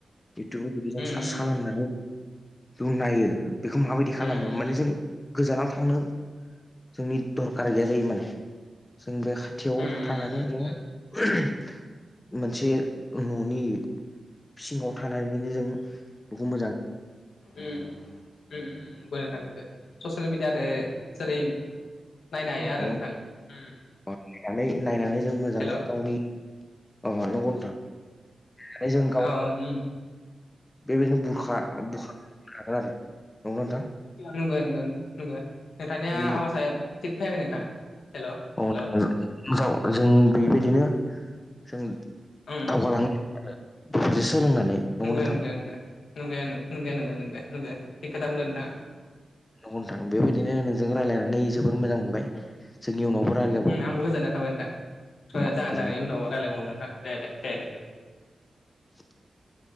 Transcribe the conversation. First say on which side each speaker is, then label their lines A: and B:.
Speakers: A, on the left (about 30°); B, on the left (about 80°).
A: इउटुबाव जुदि जों
B: उम
A: सार्च
B: उम
A: खालामनानै जों नायो। बेखौ माबायदि खालामो?
B: उम
A: माने जों गोजानाव थांनो जोंनि दरखार गैया जायो माने। जों बे खाथियाव
B: उम
A: थानानै
B: नंगौ
A: <unintelligible> मोनसे न'नि सिङाव थानानैनो जों बेखौ मोजां
B: उम उम <unintelligible> ससियेल मिडियादो जेरै नायनो हायो आरो
A: न
B: नोंथां उम
A: नायनानै नायनानै
B: उम
A: जों मोजाङै
B: हेल'
A: गावनि अ नंगौ नोंथां माने जों गावनि
B: अ उम
A: बेबायदिनो बुरखा बुरखा लागोन आरो नंगौ नोंथां
B: नंगौ नंगो नंगौ नोंथांनिया
A: जोंनि
B: आवाज थिग फैयाखै नोंथां हेल' हेल'
A: आव <unintelligible> जों बेबायदिनो जों
B: उम
A: दावगाालाङो आरो बेफोरजों सोलोंनानै नंगौ
B: नंगो
A: नोंथां
B: नंगो नंगो नंगौ नंगौ नंगौ नंगो नंगो थिग खोथा बुंदों नोंथाङा
A: नंगौ नोंथां बेबायदिनो नोंजों रायजलायनानै जोबोर मोजां मोनबाय जोंनि उनाव रायलाय
B: ओ आंबो गोजोननाय थाबाय नोंथां
A: गोजोननाय
B: <unintelligible> इयुनाव रायलायबावनो दे दे दे दे
A: <inaudible>